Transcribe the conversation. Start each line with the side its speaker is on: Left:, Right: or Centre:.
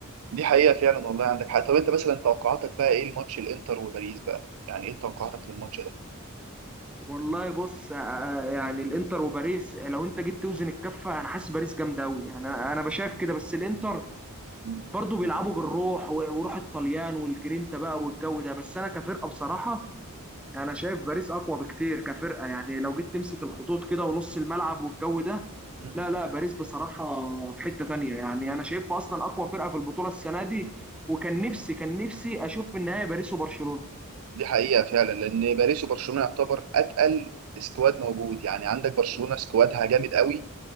Right: دي حقيقة فعلا والله عندك حق طب أنت مثلا توقعاتك بقى إيه الماتش الإنتر وباريس بقى يعني إيه توقعاتك للماتش ده؟
Centre: والله بص آه، آه، يعني الانتر وباريس لو انت جيت توزن الكفه انا حاسس باريس جامده قوي يعني انا أنا بشايف كده بس الانتر
Right: مم.
Centre: برضو بيلعبوا بالروح و- وروح الطليان والجرينتا بقى والجو ده بس انا كفرقه بصراحه انا شايف باريس اقوى بكتير كفرقه يعني لو جيت تمسك الخطوط كده ونص الملعب والجو ده
Right: مم.
Centre: لا لا باريس بصراحه في حته تانية يعني انا شايفها اصلا اقوى فرقه في البطوله السنه دي وكان نفسي كان نفسي اشوف في النهايه باريس وبرشلونه
Right: دي حقيقة فعلا لأن باريس وبرشلونة يعتبر أتقل سكواد موجود يعني عندك برشلونة سكوادها جامد قوي